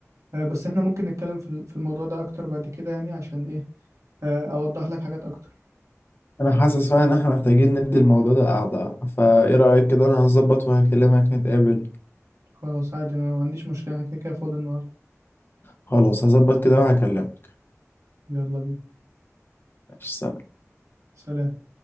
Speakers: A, on the right; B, on the left.
A: آه، بس احنا ممكن نتكلم في ال- في الموضوع ده اكتر بعد كده يعني عشان ايه آه، اوضح لك حاجات اكتر
B: أنا حاسس فعلا إن احنا محتاجين ندي الموضوع ده قعدة فإيه رأيك كده أنا هظبط وهكلمك نتقابل
A: خلاص عادي انا ما عنديش مشكلة انا كده كده فاضي النهاردة
B: خلاص هظبط كده وهكلمك
A: يلا بينا
B: سلام.
A: سلام